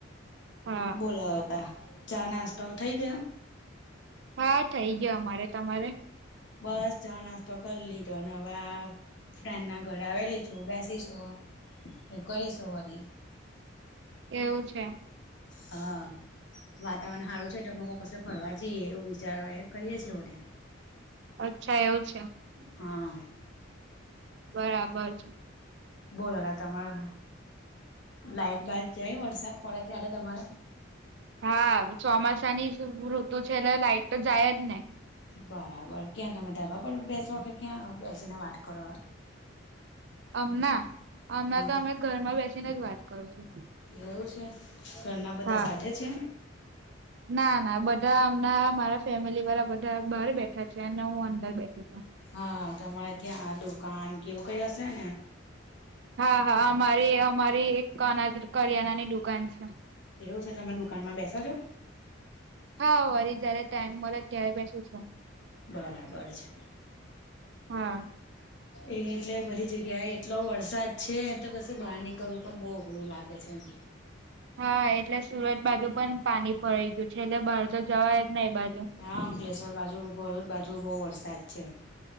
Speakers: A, on the right; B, on the left.
A: હા
B: બોલો તા ચા નાસ્તો થઇ ગયો?
A: હા થઇ ગયો અમારે. તમારે?
B: બસ ચા નાસ્તો કરી લીધોને હવે આ ફ્રેન્ડના ઘરે આવેલી છું બેસીશું એ કરીશું વળી.
A: એવું છે.
B: હા વાતાવરણ હારું છે ત મા કો કશે ફરવા જઈએ એવું વિચારવા કરીએ છે વનેે
A: અચ્છા એવું છે.
B: હા.
A: બરાબર છે.
B: બોલો રા તમારે લાઈટ બાઈટ જાય વરસાદ પડે ત્યારે તમારે?
A: હા ચોમાસાની ઋતુ છે એટલે લાઈટ તો જાય જ ને.
B: બરાબર ક્યાં તમે ધાબા પર બેસો કે ક્યાં બેસીને વાત કરો?
A: અમના અમના
B: હા
A: તો અમે ઘરમાં બેસીને જ વાત કરું છું.
B: એવું છે ઘરના બધા
A: હા
B: સાથે છે?
A: ના ના બધા અમના મારા ફેમિલીવાળા બધા બહાર બેઠા છે અને હું અંદર બેઠી છુ.
B: હા તમારે ત્યાં આ દુકાન કેવું કઈ હશે ને.
A: હા હા અમારી અમારી એક અનાજ કરિયાણાની દુકાન છે.
B: એવું છે, તમે દુકાનમાં બેસો છો.
A: હા વરી, જયારે ટાઈમ મળે, ત્યારે બેસુ છું.
B: બરાબર છે.
A: હા.
B: એ એટલે બધી જગ્યાએ એટલો વરસાદ છે તો, કશે બહાર નીકળવું પણ બો અઘરું લાગે છે, એમ.
A: હા, એટલે સુરત બાજુ પણ પાણી ભરાઈ ગયું છે, એટલે બહાર તો જવાય જ નહી એ બાજુ.
B: હા, અંકલેશ્વર બાજુ ભરૂચ બાજુ બહુ વરસાદ છે.